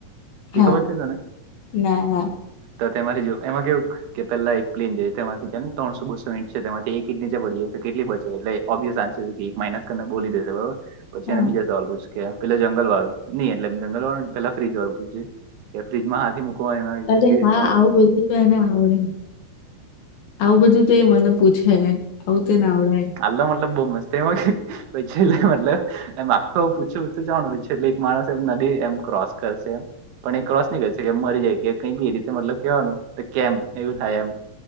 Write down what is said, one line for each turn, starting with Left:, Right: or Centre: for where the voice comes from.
Right: તે
Left: હા
Right: ખબર છે તને.
Left: ના ના
Right: તો તેમાંથી જો એમાં કેવું કે પેલા એક પ્લેન જાય તેમાંથી ત તણસો બસો ઇંટ છે તેમાં એક ટ નીચે પડી જાય તો કેટલી બચે એટલે ઓબ્યસ ચાન્સીસ? માઇનસ કરને બોલી દેશે બરોબર, પછી
Left: હા
Right: એને બીજા સવાલ પૂછ. કે પેલા જંગલ વાળો નઈ એટલે જંગલ વાળો પેલા ફ્રીજ વાળું પૂછજે, કે ફ્રીિજમાં હાથી મૂક એ હોય
Left: અરે
Right: કેવી રીતે
Left: હા
Right: મુકે
Left: આવું બધું તો એને આવડે, આવું બધું તો એ મને પૂછે. તો ના આવડે
Right: લ અ મતલબ બ મસ્ત મ પૈચલે મતલબ. એમ આખું એું પૂછ્યું જનું છેલ્ એક માણસ એમ નદી એમ ક્રોસ કરશે એમ. પણ એ ક્રોસ નહી કરીશેકે મરી જાય કે કઈ બી રીતે મતલબ કેવાનું કેમ એવું થાય એમ.